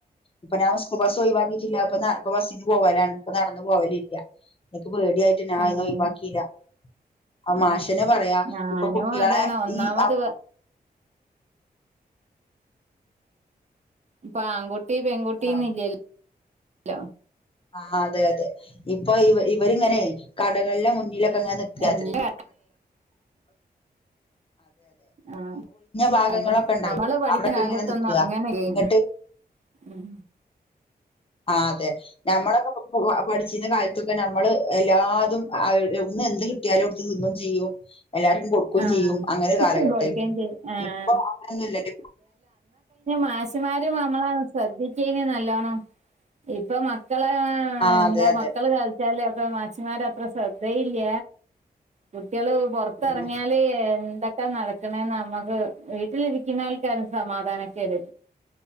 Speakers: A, on the left (about 35°); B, on the right (about 45°).
A: ഇപ്പൊ ഞാൻസ്കൂൾ ബസ് ഒഴവാക്കിട്ടില്ല പ്പൊ ബസ്സിന് പോവലാണ് ഇപ്പ നടന്നന്ന് പോവലില്ല പേടിയായിട്ട് ഞ
B: ഏഹ്
A: ഒഴവാക്കിയില്ല ആ മാശ്
B: ആഹ്
A: പെ പറയാ
B: ഞാനും
A: ഇപ്പൊ കുട്ടികളെ
B: അതാണ് ഒന്നാമത്
A: ഈ
B: ഇപ്പൊ ആൺകുട്ടി പെൺകുട്ടിയന്ന
A: ആഹ്
B: ഇല്ലല്ലോ
A: ആ അതെ അതെ ഇപ്പൊ ഇവ ഇവരിങ്ങനെ കടകളെ മുന്നിലെ അങ്ങ നിക്കാ
B: എല്ലാം ആഹ
A: ഭാഗങ്ങളൊക്കെ
B: അത്
A: ഉണ്ടാവൂലെ
B: ഞമ്മള് പഠിക്കുന്ന
A: അവിടൊക്കെ
B: കാലത്തൊന്നും
A: ഇങ്ങനെ നിക്കാ
B: അങ്ങനെ ഇല്ലെനി
A: എന്നിട്ട്
B: ഉം
A: ആ അതെ നഞമ്മളൊക്കെ പഠിച്ചിരുന്ന കാലത്തൊക്കെ നമ്മള് എല്ലാതും എന്ത് കിട്ടിയാലും അവ്ട്ന്ന് തിന്നും ചെയ്യും എല്ലാർക്കും കൊടുക്കും
B: ആഹ്
A: ചെയ്യും അങ്ങനെ കാലഘട്ട
B: കൊടുക്കേം ചെയ്യും ആഹ്
A: ഇപ്പൊ അങ്ങനൊന്നുംല്ലല്ലോ
B: മാശുമാരും നമ്മള ശ്രദ്ധിക്കേന നല്ലോണം ഇപ്പൊ മക്കളെ
A: ആഹ്
B: എന്താ
A: അതെ അതെ
B: മക്കള് വ ഒക്കെ നച്ചിമാർ അത്ര ശ്രദ്ധയില്ല കുട്ടികള് <unintelligible>
A: പിന്നെ
B: പറങ്ങല് എന്ത <unintelligible> ഇ നടക്കണേന്ന് നമ്മുക്ക് വീട്ടിലിരിക്കുന്നവൾക്കാരും സമാധാനൊക്കെട്